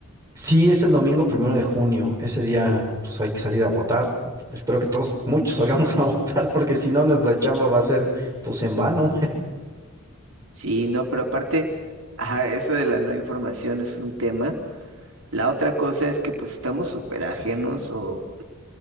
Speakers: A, on the right (about 15°); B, on the right (about 70°).
A: Sí, es el domingo primero de junio. Ese día pues, hay que salir a votar. Espero que todos, muchos salgamos <laughs> a votar, porque si no, nuestra chamba va a ser pues en vano,
B: Sí, no, pero aparte, ajá, eso de la no información es un tema. La otra cosa es que pues estamos súper ajenos o